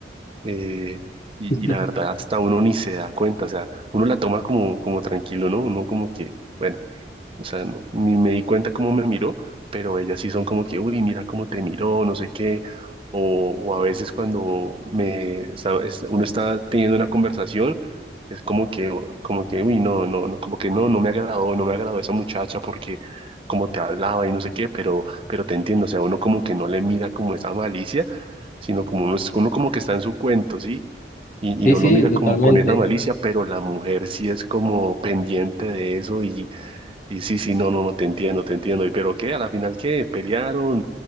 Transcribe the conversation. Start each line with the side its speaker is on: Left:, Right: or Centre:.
Right: eh, y,
Left: <laughs>
Right: y la verdad, hasta uno ni se da cuenta, o sea, uno la toma como, como tranquilo, ¿no? Uno como que, bueno, o sea, no- ni me di cuenta cómo me miró, pero ellas sí son como que, uy, mira cómo te miró, no sé qué. O, o a veces cuando me está- es- uno está teniendo una conversación, es como que, como que, uy, no, no, no, como que no, no me agradó, no me agradó esa muchacha porque como te hablaba y no sé qué, pero, pero te entiendo, o sea, uno como que no le mira como esa malicia, sino como uno, es- uno como que está en su cuento, ¿sí? Y,
Left: Sí,
Right: y no
Left: sí,
Right: lo mira
Left: totalmente.
Right: como con esa malicia, pero la mujer sí es como pendiente de eso y y sí, sí, no, no, no, te entiendo, te entiendo. ¿Y pero qué? ¿A la final qué? ¿Pelearon?